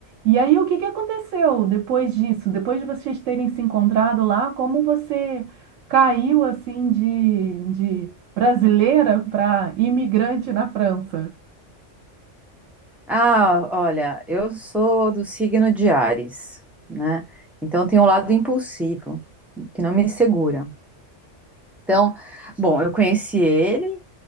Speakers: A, on the right; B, in the centre.
A: E aí, o que que aconteceu depois disso? Depois de vocês terem se encontrado lá, como você caiu assim de, de brasileira para imigrante na França?
B: Ah, olha, eu sou do signo de Áries, né? Então tem um lado impulsivo que não me segura. Então, bom, eu conheci ele,